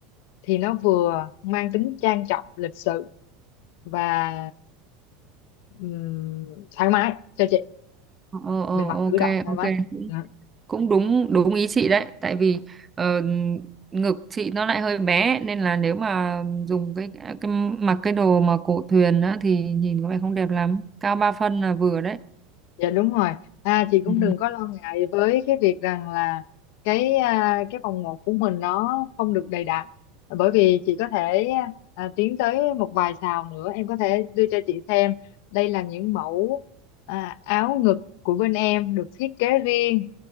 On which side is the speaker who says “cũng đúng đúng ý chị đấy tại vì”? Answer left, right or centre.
Right